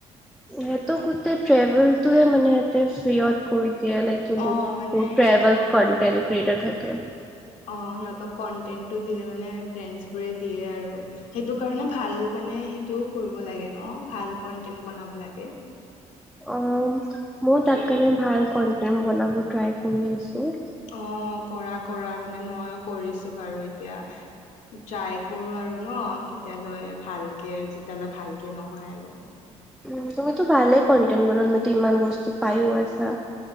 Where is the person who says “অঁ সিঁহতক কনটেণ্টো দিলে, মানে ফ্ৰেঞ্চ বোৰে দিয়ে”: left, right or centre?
Left